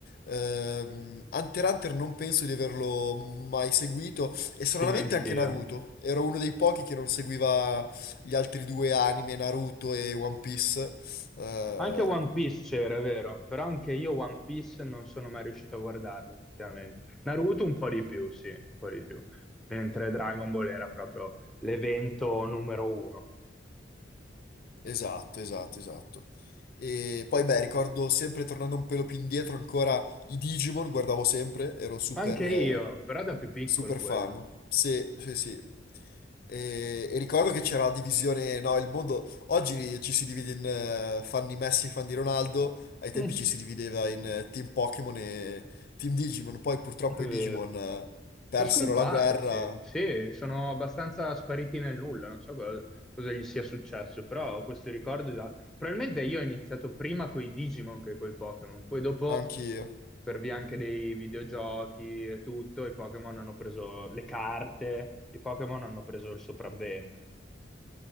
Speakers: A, on the left; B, in the centre.
A: Ehm, Hunter x Hunter non penso di averlo mai seguito
B: Sì,
A: e stranamente
B: neanch'io.
A: anche Naruto. Ero uno dei pochi
B: Sì.
A: che non seguiva gli altri due anime, Naruto e One Piece. Eh,
B: Anche One Piece c'era, è vero, però anche io One Piece non sono mai riuscito a guardarlo, effettivamente. Naruto un po' di più, sì, un po' di più. Mentre Dragon Ball era proprio l'evento numero uno.
A: Esatto, esatto, esatto. E poi, beh, ricordo sempre tornando un pelo più indietro ancora i Digimon, guardavo sempre, ero super,
B: Anche
A: eh,
B: io, però da più piccolo
A: super
B: quello.
A: fan. Sì, sì, sì. E, e ricordo che c'era la divisione, no, il mondo... Oggi ci si divide in eh, fan di Messi e fan di Ronaldo, ai tempi
B: <laughs>
A: ci si divideva in eh, Team Pokémon e Team Digimon, poi purtroppo
B: È vero.
A: i Digimon eh, persero
B: Sono scomparsi,
A: la guerra,
B: sì, sono abbastanza spariti nel nulla, non so co- cosa, gli sia successo, però ho questo ricordo da... Probabilmente io ho iniziato prima coi Digimon che coi Pokémon, poi dopo
A: anch'io
B: per via anche dei videogiochi e tutto, i Pokémon hanno preso le carte, i Pokémon hanno preso il sopravvento.